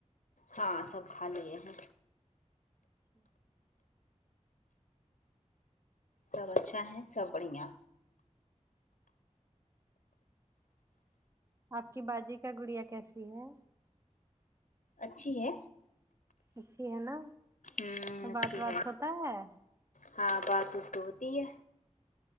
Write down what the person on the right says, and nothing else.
اچھا
آپ کی باجی کا گڑیا کیسی ہے
اچھی ہے نا
بات وات
ہوتا ہے